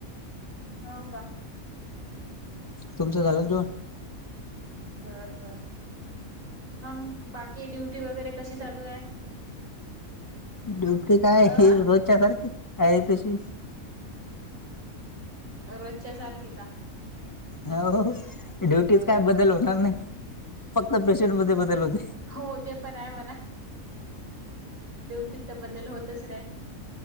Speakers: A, on the right; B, on the left.
A: हो का?
B: तुमचं झालं जेवण?
A: बर बर मग बाकी ड्युटी वगैरे कशी चालू आहे.
B: ड्युटी काय
A: अ
B: रोजच्या सारखी आहे. तशीच
A: रोजच्या सारखी का,
B: हो ड्युटीच
A: बरं
B: काय
A: बरं
B: बदल होणार नाही. फक्त पेशंट मध्ये बदल होते.
A: हो ते पण आहे म्हणा ड्युटीत तर बदल होतच नाही.